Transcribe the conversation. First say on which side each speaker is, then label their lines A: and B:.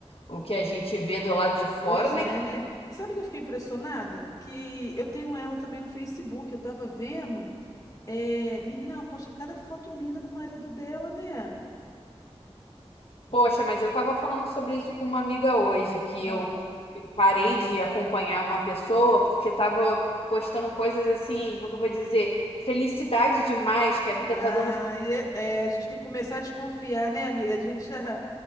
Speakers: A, on the left; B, on the left.
A: o que a gente vê do lado de fora,
B: Pois
A: né?
B: é, né? E sabe o que eu fiquei impressionada? Que eu tenho ela também no Facebook, eu tava vendo. É, menina, ela posta cada foto linda com o marido dela, né?
A: Poxa, mas eu estava falando sobre isso com uma amiga hoje, que
B: Ah,
A: eu parei de acompanhar uma pessoa porque estava postando coisas assim, como que eu vou dizer? Felicidade demais, que a vida
B: ah,
A: tá dando
B: e é- é, a gente tem que começar a desconfiar, né, amiga? A gente já,